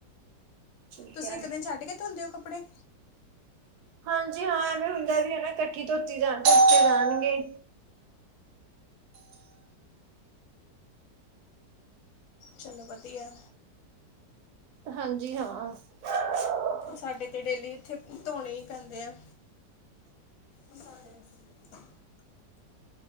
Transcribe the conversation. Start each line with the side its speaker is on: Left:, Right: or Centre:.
Right: ਠੀਕ
Left: ਤੁਸੀਂ
Right: ਹੈ
Left: ਇੱਕ ਦਿਨ ਛੱਡ ਕੇ ਧੋਂਦੇ ਹੋ ਕੱਪੜੇ।
Right: ਹਾਂਜੀ ਹਾਂ ਐਵੇਂ ਹੁੰਦਾ ਵੀ, ਹਨਾ ਇਕੱਠੀ ਧੋਤੀ ਜਾ ਧੋਤੇ ਜਾਣਗੇ।
Left: ਚਲੋ ਵਧੀਆ।
Right: ਹਾਂਜੀ ਹਾਂ। <inaudible>
Left: ਸਾਡੇ ਤੇ ਡੇਲੀ, ਇੱਥੇ ਧੋਣੇ ਹੀ ਪੈਂਦੇ ਹੈ। ਮਸਾਲੇ ਵਿੱਚ।